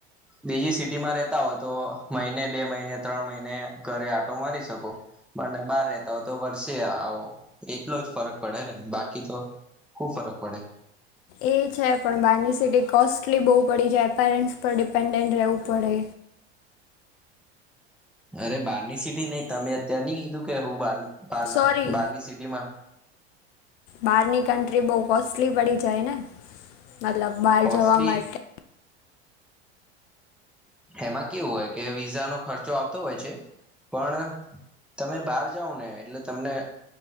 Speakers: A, in the centre; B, on the left.
A: બીજી સિટી માં રેતા હો તો મહિને બે મહિને ત્રણ મહિને ઘરે આ ટો મારી શકો. મને બાર રહેતા હો તો વર્ષે આવો એટલો જ ફરક પડે ને બાકી તો ખુબ ફરક પડે.
B: એ છે પણ બહારની સિટી કોસ્ટલી બહુ પડી જાય પેરેન્ટ્સ પર ડિપેન્ડન્ટ રહેવું પડે.
A: અરે બારની સિટી નહી તમે અત્યાર ની કીધું કે હું બાર
B: સોરી
A: બારની સિટી માં
B: બહાર ની કન્ટ્રી બહુ કોસ્ટલી પડી જાય ને મતલબ બહાર
A: કોસ્ટલી
B: જવા માટે
A: એમાં કેવું હોય કે વિઝા નો ખર્ચો આવતો હોય છે પણ તમે બહાર જાાવ ને એટલે તમને